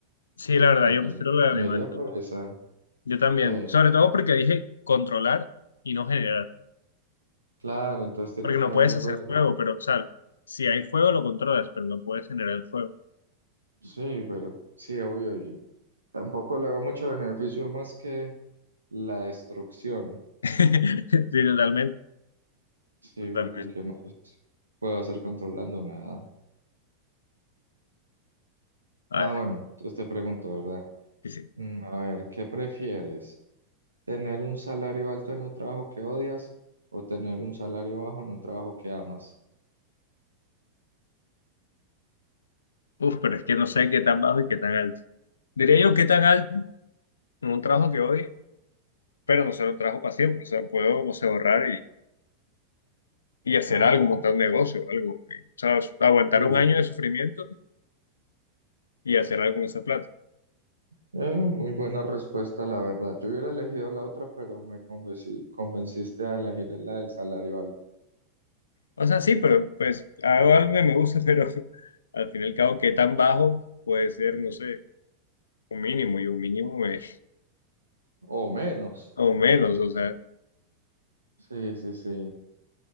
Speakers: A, on the left; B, on the right.
A: Sí, la verdad,
B: Me,
A: yo prefiero la de
B: me
A: alemán
B: iría
A: también.
B: por esa.
A: Yo también,
B: Sí.
A: sobre todo porque dije controlar y no generar,
B: Claro, entonces tiene
A: porque no
B: que haber
A: puedes hacer
B: fuego.
A: fuego, pero, o sea, si hay fuego lo controlas, pero no puedes generar el fuego.
B: Sí, pero sí, obvio. Y tampoco le veo mucho beneficio más que la destrucción.
A: <laughs> Sí, totalmente,
B: Sí,
A: totalmente.
B: porque ¿qué más puedo hacer controlando nada?
A: A
B: Ah,
A: ver,
B: bueno, entonces te pregunto, ¿verdad?
A: sí, sí.
B: Mm, A ver, ¿qué prefieres? ¿Tener un salario alto en un trabajo que odias o tener un salario bajo en un trabajo que amas?
A: Uf, pero es que no sé qué tan bajo y qué tan alto. Diría yo qué tan alto en un trabajo que hoy, pero no será un trabajo para siempre, o sea, puedo, como se ahorrar y, y hacer
B: Oh,
A: algo, montar un negocio, algo, y, o sea, aguantar
B: sí.
A: un año de sufrimiento y hacer algo con esa plata.
B: Eh, muy buena respuesta, la verdad. Yo hubiera elegido la otra, pero me convenci- convenciste a elegir la del salario alto.
A: O sea, sí, pero pues hago algo que me gusta, <laughs> pero al fin y al cabo, ¿qué tan bajo puede ser? No sé, un mínimo y un mínimo me-
B: O menos.
A: o menos, o sea,
B: Sí, sí, sí.